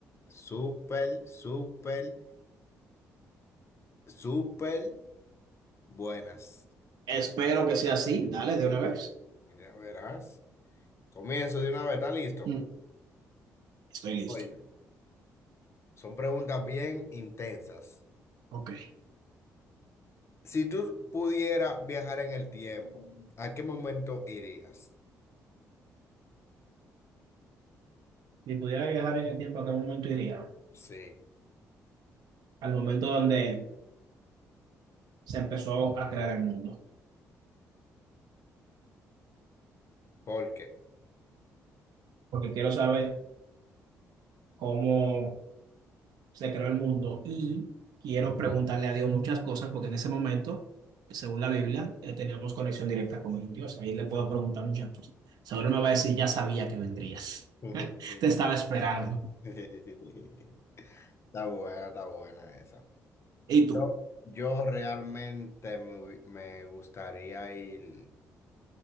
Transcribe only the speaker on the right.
Espero que sea así. Dale, de una vez.
Mm, Estoy listo.
Ok.
Si pudiera viajar en el tiempo, ¿a qué momento iría?
Al momento donde se empezó a crear el mundo.
Porque quiero saber cómo se creó el mundo y quiero preguntarle a Dios muchas cosas porque en ese momento, según la Biblia, eh, teníamos conexión directa con el Dios. Ahí le puedo preguntar muchas cosas. Seguro me va a decir, ya sabía que vendrías.
<laughs> Te estaba
esperando.
y
tú.